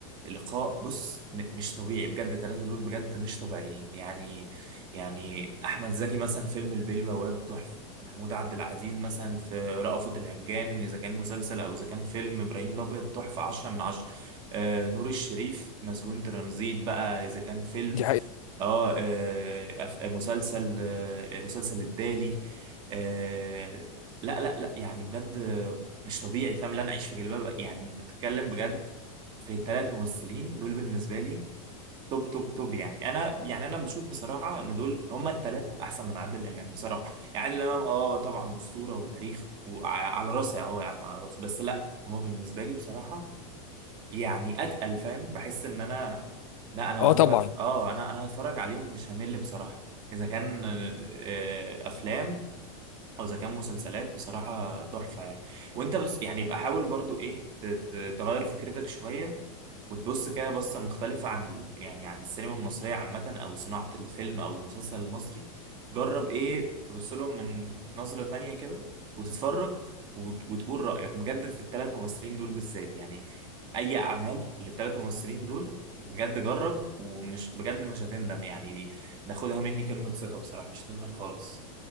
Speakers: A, on the right (about 25°); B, on the left (about 65°).
A: لقاء بص م- مش طبيعي بجد الثلاثه دول بجد مش طبيعيين يعني يعني احمد زكي مثلا فيلم البيه البواب تحفه محمود عبد العزيز مثلا في رأفت الهجان اذا كان مسلسل او اذا كان فيلم ابراهيم الابيض تحفه 10 من 10 آه نور الشريف مسجون ترانزيت بقى اذا كان فيلم
B: دي حقيقة
A: اه آه، أف- آه، مسلسل آه، مسلسل الدالي آه، لا لا لا يعني بجد آه، مش طبيعي فاهم لا انا اعيش في جلباب أبي. يعني انت بتتكلم بجد في ثلاث ممثلين دول بالنسبه لي توب توب توب يعني انا يعني انا بشوف بصراحه ان دول هما الثلاثه احسن من عادل امام بصراحه يعني عادل امام اه طبعا اسطوره وتاريخ وعلى راسي اهو يا عم على راسي بس لا هما بالنسبه لي بصراحه يعني اتقل فاهم بحس ان انا لا انا
B: اه
A: هفضل
B: طبعا
A: أتف... اه انا انا هتفرج عليهم مش همل بصراحه اذا كان آه، آه، افلام او اذا كان مسلسلات بصراحه تحفه يعني وانت بس يعني يبقى حاول برضو ايه ت- ت- تغير فكرتك شويه وتبص كده بصة مختلفة عن ال... يعني عن السينما المصرية عامة أو صناعة الفيلم أو المسلسل المصري جرب إيه تبص لهم من نظرة تانية كده وتتفرج وت... وتقول رأيك بجد في الثلاث ممثلين دول بالذات يعني أي أعمال للثلاث ممثلين دول بجد جرب ومش بجد مش هتندم يعني ناخدها مني كلمة ثقة بصراحة مش هتندم خالص